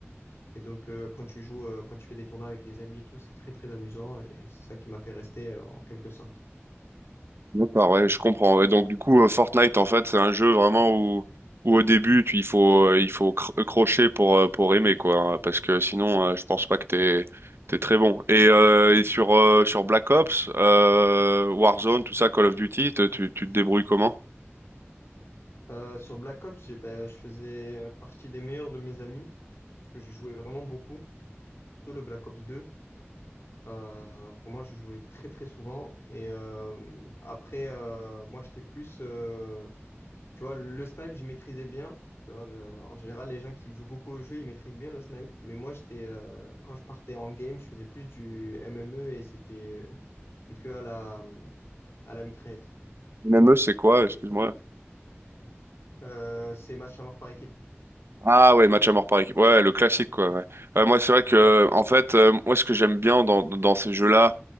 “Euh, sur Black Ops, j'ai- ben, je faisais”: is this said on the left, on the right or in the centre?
Left